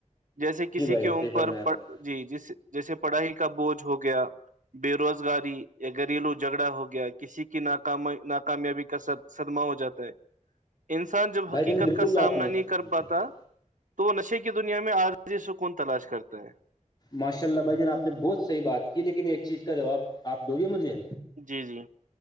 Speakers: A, on the right; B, on the left.
A: جیسے کسی
B: جی بھائی جان
A: کے امر
B: صحیح فرمایا آپ نے
A: جی جس جیسے پڑھائی کا بوجھ ہو گیا بے روزگاری یا گھریلو جھگڑا ہو گیا کسی کی ناک ناکامیابی کا صدمہ ہو جاتا ہے انسان جب
B: بھائی
A: حقیقت
B: جان بالکل
A: کا سامنا
B: آپ نے
A: نہیں کر
B: جی
A: پاتا
B: جی جی
A: تو وہ نشے کی دنیا میں آرضی سکون تلاش کرتا ہے
B: ماشاء اللہ بھائی جان آپ نے بہت صحی بات کی لیکن ایک چیز کا جواب آپ دو گے مجھے
A: جی جی